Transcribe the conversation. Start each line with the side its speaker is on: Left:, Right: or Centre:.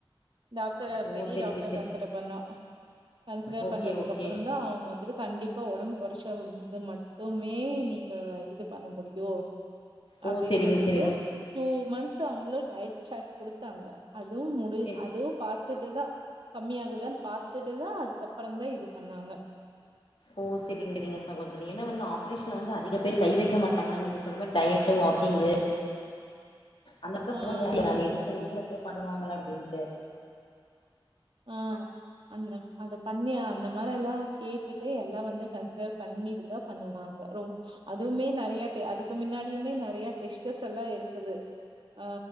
Right: டாக்டர
Left: ஓ
Right: பெரிய
Left: செரிங்க
Right: டாக்டர
Left: செரி
Right: கன்சிடர் பண்ணோ கன்சிடர்
Left: ஓகே
Right: பண்ணதுக்கு
Left: ஓகே
Right: அப்புறந்தா அவுங்க வந்துட்டு கண்டிப் ப உடம்பு குறைச்சா வந்து மட்டுமே நீங்க இது பண்ண முடியு
Left: ஓ
Right: அப்டின்
Left: செரிங்க
Right: சொல்லிட்டு
Left: செரிங்க
Right: டூ மந்த்ஸ் அவுங்களே டயட் சாட் குடுத்தாங்க அதுவு முடி
Left: செ
Right: அது பாத் துட்டுதா கம்மியா ஆகுதான் பாத்துட்டுதா அதுக்கப்றந்தா இது பண்ணாங்க
Left: ஓ சேரிங்க சேரிங்க சகோதரி ஏனா வந்து ஆப்ரேஷன வந்து அதிக பேர் கை வைக்க மாட்டாங்கனா நீங்க சொன்ன மாரி டயட்டு வாக்கிங்கு அந்த எடத்த
Right: ஆ ஆ
Left: <inaudible> பண்ணுவாங்களா அப்டின்ட்டு
Right: ஆ அந்த அத பண்ணி அந்த மாரி எல்லா கேட்டுட்டு எல்லா வந்து கன்சிடர் பண்ணிட்டுதா பண்ணுவாங்க ரொம் அதுவுமே நெறைய டெ அதுக்கு மின்னாடியுமே நெறைய டெஸ்ட்டஸ் எல்லா இருக்குது ஆ